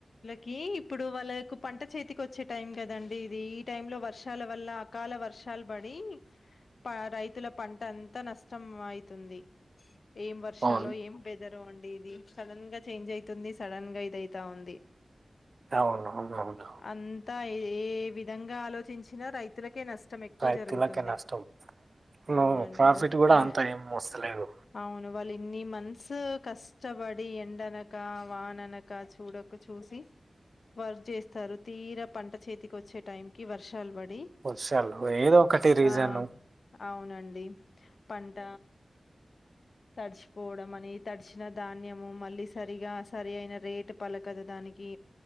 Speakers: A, on the left (about 80°); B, on the right (about 55°).
A: కి ఇప్పుడు వాళ్ళకు పంట చేతికి వచ్చే టైం కదండి ఇది ఈ టై లో వర్షాల వల్ల అకాల వర్షాలు బడి ప రైతుల పంట అంతా నష్టం అయితుంది ఏం వర్షలో
B: అవును
A: ఏం పె వదరో అండి ఇది సడన్ గా చేంజ్ అవుతుంది సడన్ గా ఇదయితా ఉంది
B: అవునవునవును
A: అంతా ఏ ఏ విధంగా ఆలోచించినా రైతు తులకే నష్టం ఎక్కువ
B: రైతులకే
A: జరుగుతుంది
B: నష్టం నువ్వు
A: అవునండి
B: ప్రాఫిట్
A: వా
B: కూడా
A: బ
B: అంత ఏం వస్తలేదు
A: అవును వాళ్ళ ఇన్ని మన్సు కష్టపడి ఎండనక వాననక చూడక చూసి వర్ చేస్తారు తీరా పంట చేతికి వచ్చే టైం కి వర్షాలు పడి
B: వసలు ఏదో ఒకటి రీజన్
A: ఆ అవునండి పంట తడిచిపోవడం అనే తడిచిన ధాన్యము మళ్ళీ సరిగా సరి అయిన రేటు పలకదు దానికి